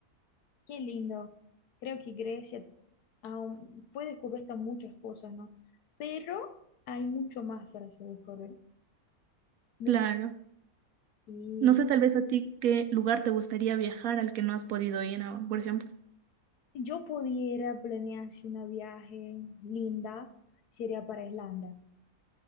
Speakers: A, on the left; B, on the right.
A: Qué lindo. Creo que Grecia aún fue descubierta muchas cosas, ¿no? Pero hay mucho más para hacer descubrir, mucho.
B: Claro.
A: Y
B: No sé tal vez a ti qué lugar te gustaría viajar al que no has podido ir aún, por ejemplo.
A: si yo pudiera planear así una viaje linda, sería para Islanda.